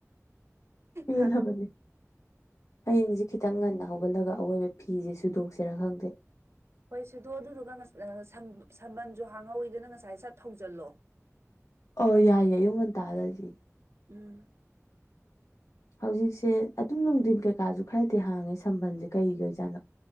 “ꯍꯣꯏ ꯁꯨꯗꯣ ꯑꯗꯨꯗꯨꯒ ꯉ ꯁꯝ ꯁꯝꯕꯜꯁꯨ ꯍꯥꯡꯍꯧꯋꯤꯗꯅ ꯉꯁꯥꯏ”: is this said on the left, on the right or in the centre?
Right